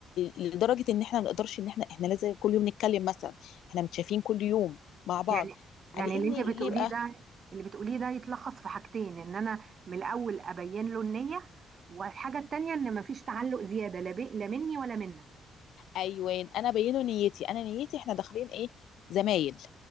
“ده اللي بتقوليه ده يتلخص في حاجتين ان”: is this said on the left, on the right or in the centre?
Right